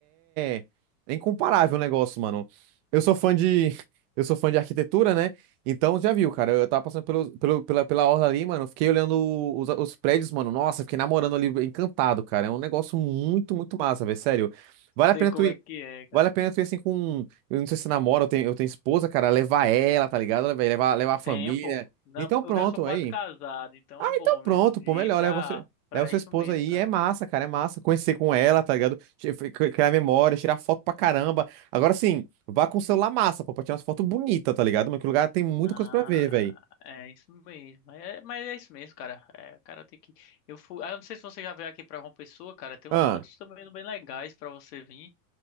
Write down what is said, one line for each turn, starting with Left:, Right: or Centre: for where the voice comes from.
Right: é, é é incomparável o negócio, mano. Eu sou fã de, <laughs> eu sou fã de arquitetura, né? Então, já viu, cara. Eu tava passando pelo, pelo- pela, pela orla ali, mano. Fiquei olhando os, os prédios, mano. Nossa, fiquei namorando ali, encantado, cara. É um negócio muito, muito massa, velho. Sério. Vale a
Left: Sei
Right: pena
Left: como
Right: tu ir.
Left: é que é, cara.
Right: Vale a pena tu ir assim com. Eu não sei se namora, eu tenho, eu tenho esposa, cara. Levar ela, tá ligado? velho? Levar, levar a família.
Left: Tempo. Não,
Right: Então,
Left: eu
Right: pronto,
Left: já sou quase
Right: aí.
Left: casado, então
Right: Ah,
Left: é bom
Right: então
Left: mesmo
Right: pronto,
Left: ir
Right: pô. Melhor,
Left: pra,
Right: leva sua,
Left: pra
Right: leva sua
Left: isso
Right: esposa
Left: mesmo,
Right: aí.
Left: cara.
Right: É massa, cara. É massa. Conhecer com ela, tá ligado? Che- Criar memória, tirar foto pra caramba. Agora sim, vá com o celular massa, pô, pra tirar umas fotos bonitas, tá ligado? Mas que lugar tem muita
Left: Ah,
Right: coisa pra ver, velho.
Left: é isso mesmo. Mas é, mas é isso mesmo, cara. É, cara, tem que. Eu fui. Ah, eu não sei se você já veio aqui pra João Pessoa, cara. Tem
Right: Ah,
Left: uns cantos também bem legais pra você vir.